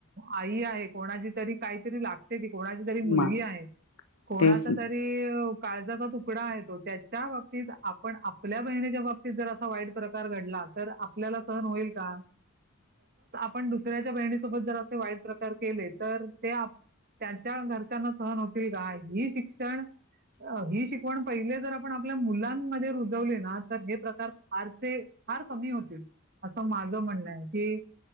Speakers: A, on the right; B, on the left.
A: आई आहे कोणाची तरी काहीतरी लागते कोणाची तरी मुलगी
B: मग
A: आहे कोणाच
B: तेच ना
A: त काळजाचा तुकडा आहे तो त्याच्या बाबतीत आपण आपल्या बहिणीच्या बाबतीत तसंच काही वाईट प्रकार घडला तर आपल्याला सहन होईल का आपण दुसऱ्याच्या बहिणीसोबत जर असे वाईट प्रकार केले तर ते त्यांच्या घरच्यांना सहन होतील का ही शिक्षण ही शिकवण पहिले जर पण आपल्या मुलांमध्ये रुजवले ना तर हे प्रकार फारसे फार कमी होतील असं माझं म्हणणं आहे की